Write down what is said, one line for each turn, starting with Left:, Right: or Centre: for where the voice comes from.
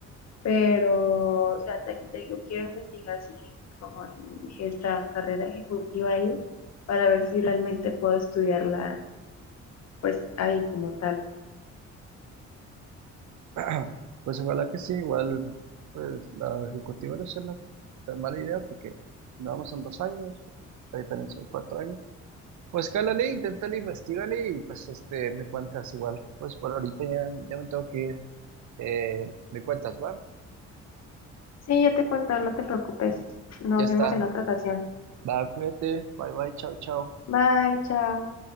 Left: Pero, o sea, te, te digo, quiero investigar si, tienen, como te dije, esta carrera ejecutiva ahí para ver si realmente puedo estudiarla, pues ahí como tal.
Right: la- <clears throat> Pues igual que sí, igual, pues la ejecutiva no es una tan mala idea porque vamos son dos años, la diferencia de cuatro años. Pues cálale, inténtale, investigale y pues este, me cuentas igual. Pues por ahorita ya, ya me tengo que ir. Eh, me cuentas, va.
Left: Sí, yo te cuento, no te preocupes. Nos
Right: Ya está.
Left: vemos en otra ocasión.
Right: Va, cuídate. Bye bye, chao, chao.
Left: Bye, chao.